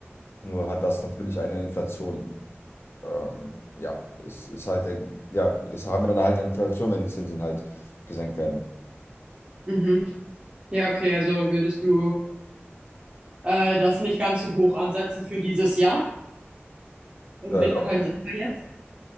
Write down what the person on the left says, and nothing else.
Nur hat das natürlich eine Inflation ähm, ja, es ist halt der, ja, es haben wir dann halt eine Inflation, wenn die Zinsen halt gesenkt werden.
Äh,
doch,